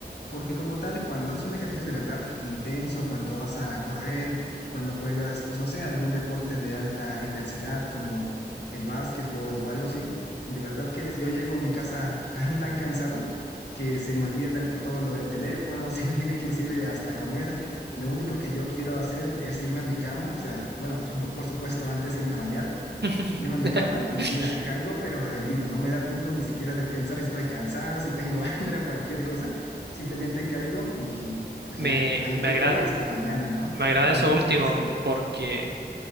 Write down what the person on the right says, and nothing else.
<laughs>
Me,
me
agrada.
Me agrada
eso último
porque